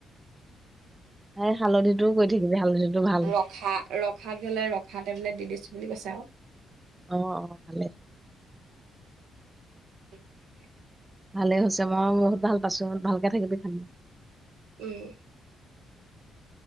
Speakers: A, on the right (about 15°); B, on the right (about 85°).
A: সেই হালধিটোও কৰি থাকিবি হালধিটো ভাল
B: ৰখা ৰখাক গ'লে ৰখা টেবলেট দি দিছো বুলি কৈছে আৰু।
A: অ', অ', ভালে।
B: <inaudible>
A: ভালেই হৈছে। মই বহুত ভাল পাছো ভালকে থাকিবি খালি।
B: উম।